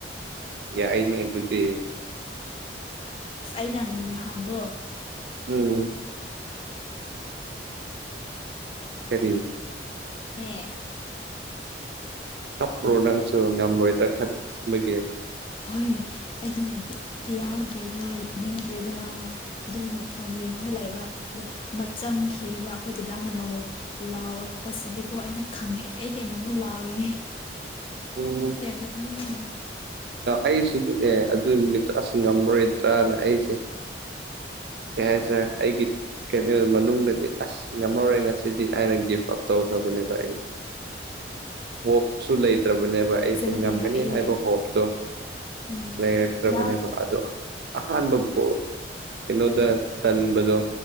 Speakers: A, on the right; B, on the left.
A: ꯌꯥꯏꯅꯦ ꯑꯗꯨꯗꯤ
B: ꯑꯁ ꯑꯩꯅ ꯅꯍꯥꯟꯗꯣ
A: ꯎꯝ ꯀꯔꯤ
B: ꯑꯦ
A: ꯀꯞꯄ꯭ꯔꯣ ꯅꯪꯁꯨ ꯉꯝꯃꯔꯣꯏꯗ ꯈꯟꯕꯒꯤ
B: ꯍꯣꯏ ꯑꯩꯅꯣ ꯕꯤꯠꯇꯤ ꯌꯥꯎꯗ꯭ꯔꯦꯗ ꯌꯦꯡꯅꯤꯡꯗ꯭ꯔꯦꯗꯅ ꯑꯗꯨꯝ ꯐꯣꯟ ꯌꯦꯡꯉꯒ ꯂꯩꯕ ꯑꯗꯨ ꯑꯃ ꯆꯪꯈꯤ ꯑꯕ ꯑꯩꯈꯣꯏ ꯗꯥꯗꯥꯅ ꯂꯥꯎ ꯂꯥꯎꯔꯛꯄꯁꯤꯗꯤꯀꯣ ꯑꯩꯅ ꯈꯪꯉꯦ ꯑꯩ ꯍꯦꯟꯅ ꯑꯃꯨꯛ ꯂꯥꯎꯔꯤꯅꯦ
A: ꯎꯝ
B: ꯌꯥꯝ ꯅꯣꯛꯅꯤꯡ
A: ꯑꯩꯁꯨꯅꯤꯅꯦ ꯑꯗꯨ ꯅꯨꯃꯤꯠꯇꯨ ꯑꯁ ꯉꯝꯃꯔꯣꯏꯗ꯭ꯔꯅ ꯑꯩꯁꯦ ꯀꯩ ꯍꯥꯏꯁꯤꯔ ꯑꯩꯒꯤ ꯀꯩꯅꯣ ꯃꯅꯨꯡꯗꯗꯤ ꯑꯁ ꯉꯝꯃꯔꯣꯏ ꯉꯁꯤꯗꯤ ꯑꯩꯅ ꯒꯤꯐ ꯑꯞ ꯇꯧꯈ꯭ꯔꯕꯅꯦꯕ ꯑꯩꯁꯤ ꯍꯣꯞꯁꯨ ꯂꯩꯇ꯭ꯔꯕꯅꯦꯕ ꯑꯩꯁꯦ
B: ꯐꯖꯅ
A: ꯉꯝꯒꯅꯤ
B: ꯅꯩꯔꯛꯑꯦ
A: ꯍꯥꯏꯕ ꯍꯣꯞ ꯇꯣ
B: ꯎꯝ
A: ꯂꯩꯔꯛꯇ꯭ꯔꯕꯅꯦꯕ
B: ꯌꯥꯎ
A: ꯑꯗꯣ ꯑꯍꯥꯟꯕ ꯕꯣꯜ ꯀꯩꯅꯣꯗ ꯆꯟꯕꯗꯣ